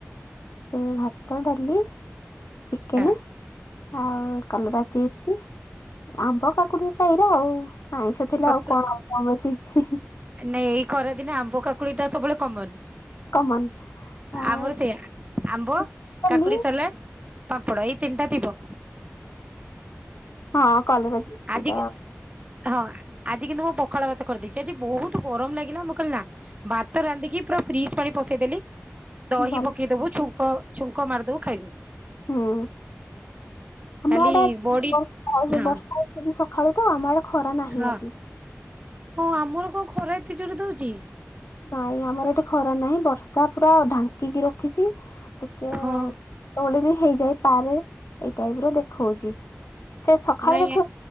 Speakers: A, on the left; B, on the right.
A: ଭାତ, ଡାଲି ଟିକେନ।
B: ହଁ
A: ଆଉ କଲରା ଚିପ୍ସ ଆମ୍ବ, କାକୁଡି ସାଲାଡ ଆଉ। ଆଇଁଷ ଦିନ
B: ସତ
A: ଆଉ କଣ
B: ନାଇଁ ଏଇ ଖରାଦିନେ ଆମ୍ବ କାକୁଡି ଟା ସବୁବେଳେ କମନ୍
A: କମନ ଆଉ
B: ଆମର ସେଇଆ। ଆମ୍ବ,
A: ଚିକେନ
B: କାକୁଡି ସାଲାଡ। ପାମ୍ପଡ ଏଇ ତିନିଟା ଥିବ।
A: ହଁ କଲରା ଚିପ୍ସଟା।
B: ଆଜି ହଁ, ଆଜି କିନ୍ତୁ ମୁଁ ପଖାଳ ଭାତ କରିଦେଇଛି। ମତେ ଆଜି ବହୁତ ଗରମ ଲାଗିଲା। ମୁ କହିଲି ନା ଭାତ ରାନ୍ଧିକି ପୁରା ଫ୍ରିଜ ପାଣି ପସେଇଦେଲି ଦହି
A: ଭଲ
B: ପକେଇ ଦବୁ, ଛୁଙ୍କ ଛୁଙ୍କ ମାରିଦବୁ ଖାଇବୁ।
A: ହୁଁ, ଆମ
B: ଖାଲି
A: ଆଡେ ଆଜି
B: ବଡି
A: ବର୍ଷା
B: ହଁ
A: ବର୍ଷା ହଉଛି। ସ ସକାଳୁ ତ ଆମଆଡେ ଖରା ନାହିଁ
B: ହଁ
A: ଆଜି।
B: ହଁ ଆମର କଣ ଖରା ଏତେ ଜୋରେ ଦଉଛି?
A: ନାଇଁ ଆମର ଏଠି ଖରା ନାହିଁ, ବର୍ଷା ପୁରା ଢାଙ୍କିକି ରଖିଛି। ଟିକେ
B: ହଁ।
A: କେତେବେଳେ ହେଇଯାଏ ପାରେ ଏଇ ଟାଇପ ର ଦେଖଉଚି। ସେ ସକାଳେ
B: ନାଇଁ
A: ଦେଖ